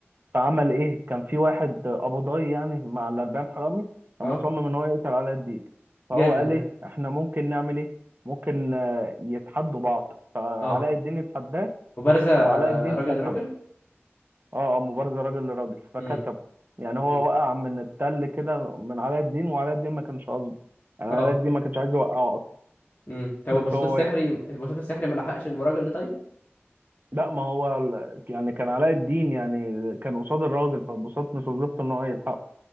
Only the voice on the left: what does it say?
اه
جامد
ده
اه
مبارزة
راجل
لراجل
امم
امم
اه
امم طب
البساط
السحري
البساط السحري ما لحقش الراجل ده طيب